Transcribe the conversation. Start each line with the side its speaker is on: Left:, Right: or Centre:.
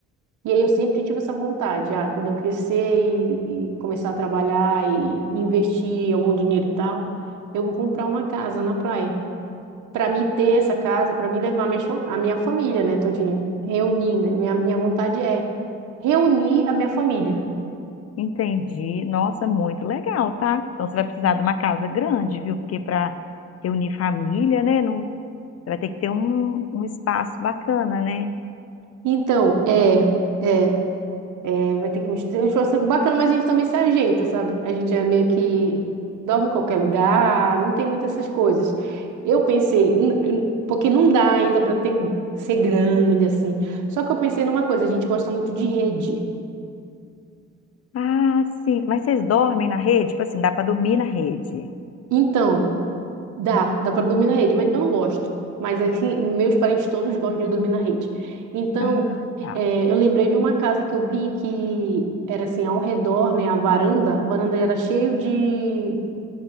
Right: E aí eu sempre tive essa vontade, ah, quando eu crescer e, e começar a trabalhar e investir algum dinheiro e tal, eu vou comprar uma casa na praia. Para mim ter essa casa, para mim levar minhas, fa- a minha família, né, todinha, reunir, né? Minha, minha vontade é reunir a minha família.
Left: Entendi. Nossa, muito legal, tá? Então você vai precisar de uma casa grande, viu? Porque para reunir família, né? Não... Você vai ter que ter um, um espaço bacana, né?
Right: Então, é, é. É, vai ter que mostrar um esforço bacana, mas a gente também se ajeita, sabe? A gente é meio que dorme em qualquer lugar, não tem muitas essas coisas. Eu pensei, n- n- porque não dá ainda para ter ser grande assim. Só que eu pensei numa coisa, a gente gosta muito de rede.
Left: Ah, sim. Mas vocês dormem na rede? Tipo assim, dá para dormir na rede?
Right: Então, dá, dá para dormir na rede, mas eu não gosto. Mas assim, meus parentes todos gostam de dormir na rede. Então,
Left: Ah, tá.
Right: eh, eu lembrei de uma casa que eu vi que era assim, ao redor, né, a varanda, a varanda era cheio de